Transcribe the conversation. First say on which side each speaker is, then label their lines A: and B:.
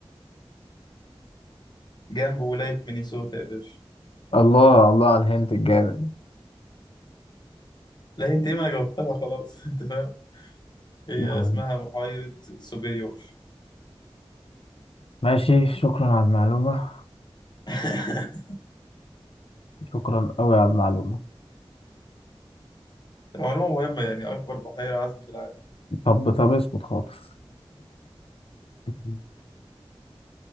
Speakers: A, on the left; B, on the left.
A: جنب ولاية مينيسوتا يا باشا
B: الله الله على الهنت الجامد
A: لا انت ايه ما انا جاوبتها خلاص <laughs> انت فاهم هي
B: نعم.
A: اسمها بحيرة سوبريور
B: ماشي شكرا على المعلومة
A: <laughs>
B: شكرا أوي على المعلومة
A: معلومة مهمة يعني أكبر بحيرة عذبة في العالم
B: طب طب اسكت خالص <laughs>